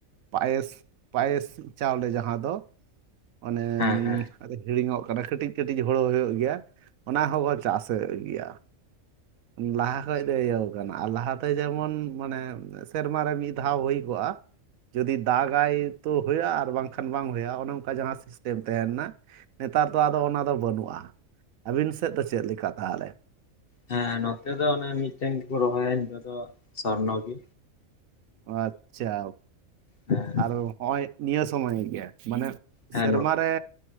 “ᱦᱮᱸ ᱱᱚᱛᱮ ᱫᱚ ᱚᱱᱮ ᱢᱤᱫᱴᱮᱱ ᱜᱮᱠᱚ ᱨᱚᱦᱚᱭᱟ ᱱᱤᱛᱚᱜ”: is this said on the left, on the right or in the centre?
Left